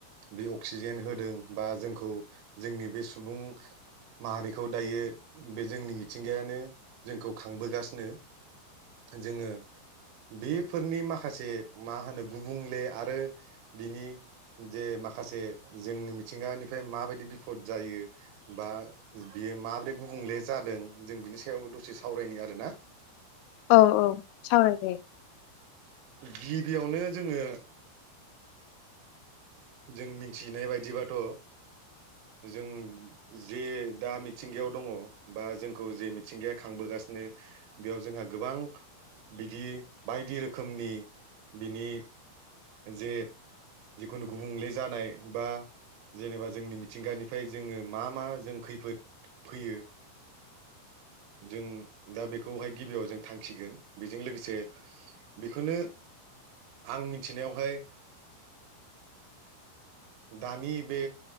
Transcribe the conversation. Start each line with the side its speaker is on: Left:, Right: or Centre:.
Right: बे अक्सिजेन होदों बा जोंखौ जोंनि बे सुबुं माहारिखौ दायो बे जोंनि मिथिंगायानो जोंखौ खांबोगासिनो जोङो बेफोरनि माखासे मा होनो गुबुंले आरो बिनि जे माखासे जोंनि मिथिंगानिफ्राय माबायदि बिफद जायो बा बियो माबायदि गुबुंले जादों जों बिनि सायाव दसे सावरायनि आरोना
Left: औ औ सावरायजायो
Right: गिबियावनो जोङो जों मिनथिनाय बायदिबाथ' जों जे दा मिथिंगायाव दङ बा जोंखौ जे मिथिंगाया खांबोगासिनो बेयाव जोंहा गोबां बिदि बायदि रोखोमनि बिनि जे जिखुनु गुबुंले जानाय बा जेनेबा जोंनि मिथिंगानिफ्राय जोङो मा मा जों खैफोद फैयो जों दा बेखौहाय गिबियाव जों थांखिगोन बेजों लोगोसे बेखौनो आं मि मिथिनायावहाय दानि बे